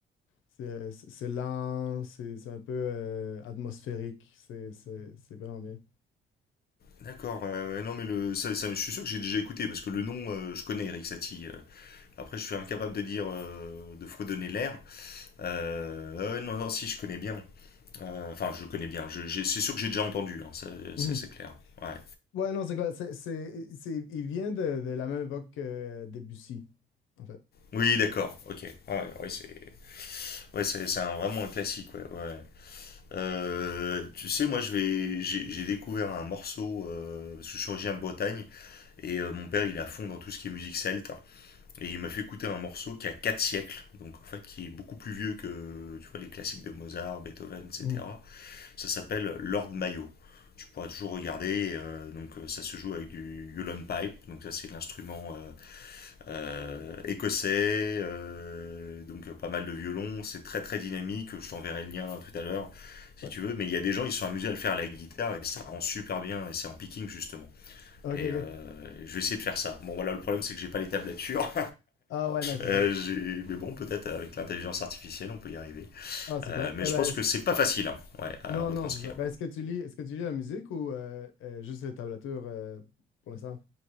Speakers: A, on the left; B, on the left.
A: C'est c'est- lent, c'est c'est un peu euh, atmosphérique, c'est c'est- c'est vraiment bien.
B: D'accord, ouais, ouais, non mais le, ça, ça- je suis sûr que j'ai déjà écouté parce que le nom, euh, je connais Eric Satie. euh. après, je suis incapable de dire, euh, de fredonner l'air. Euh, ouais, non, non, si, je connais bien. Euh, Enfin, je connais bien. Je- j'ai- c'est sûr que j'ai déjà entendu. hein, ça,
A: Mhm.
B: c'est c'est clair. Ouais.
A: Ouais, non, c'est clair. c'est, c'est, c'est- il vient de, de la même époque que Debussy, en fait.
B: Oui, d'accord. Ok. Ouais, ouais, c'est, ouais, c'est c'est un- vraiment un classique. Ouais, ouais. Euh, tu sais, moi, je vais, j'ai j'ai découvert un morceau. euh, parce que je suis originaire de Bretagne et euh, mon père, il est à fond dans tout ce qui est musique celte. Et il m'a fait écouter un morceau qui a 4 siècles, donc en fait qui est beaucoup plus vieux que tu vois, les classiques de Mozart, Beethoven, etc.
A: Mhm.
B: Ça s'appelle Lord Mayo. Tu pourras toujours regarder, euh, donc euh, ça se joue avec du Yulon Pipe, donc ça c'est l'instrument euh, euh, écossais, euh, donc euh, pas mal de violons, c'est très très dynamique, je t'enverrai le lien tout à l'heure si
A: Ouais.
B: tu veux, mais il y a des gens ils se sont amusés à le faire à la guitare et ça rend super bien, et c'est en picking justement.
A: OK,
B: Et
A: OK.
B: euh, je vais essayer de faire ça. Bon voilà, le problème c'est que j'ai pas les tablatures,
A: Ah ouais, non, c'est
B: euh,
A: ça.
B: j'ai- mais bon, peut-être avec l'intelligence artificielle, on peut y arriver.
A: Ah, c'est
B: Euh,
A: clair.
B: mais
A: Eh
B: je
A: ben,
B: pense
A: est-ce-
B: que c'est pas facile, hein, ouais, à
A: non,
B: retranscrire.
A: non, c'est ça. Ben, est-ce que tu lis, est-ce que tu lis la musique ou euh, euh, juste les tablatures euh, pour l'instant?